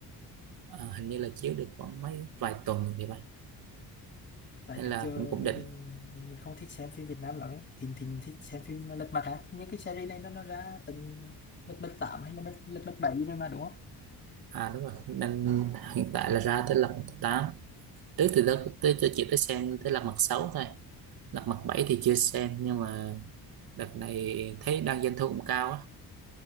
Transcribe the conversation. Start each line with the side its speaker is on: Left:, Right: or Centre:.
Right: À, hình như là chiếu được khoảng mấy vài tuần thì vậy,
Left: Tại
Right: nên
Left: trước
Right: là
Left: giờ
Right: cũng cũng
Left: mình
Right: định.
Left: mình mình mình không thích xem phim Việt Nam lắm ấy. Thỉnh thỉnh thích xem phim Lật Mặt à? Những cái series này nó nó ra từng Lật Mặt 8 hay là Lật Lật Mặt 7 gì đâu mà đúng không?
Right: À đúng rồi, nên hiện tại là ra tới Lật Mặt tám Trước thì đó tới cho chị tới xem tới Lật Mặt sáu thôi. Lật Mặt bảy thì chưa xem nhưng mà đợt này thấy đang doanh thu cũng cao á.